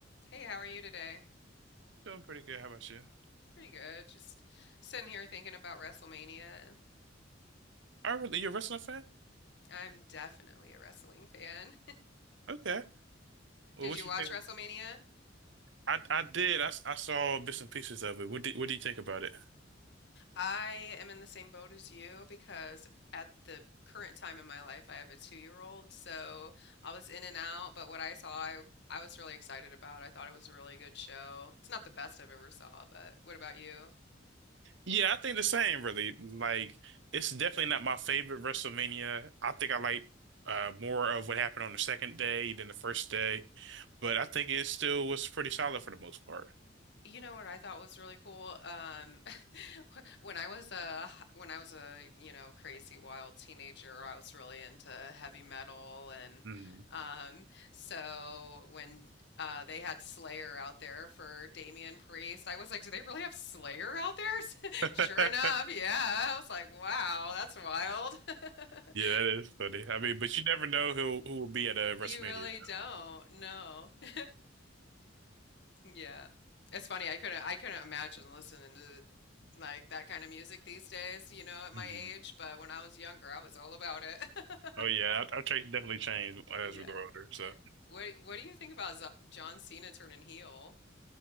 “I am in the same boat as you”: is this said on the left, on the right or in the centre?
Left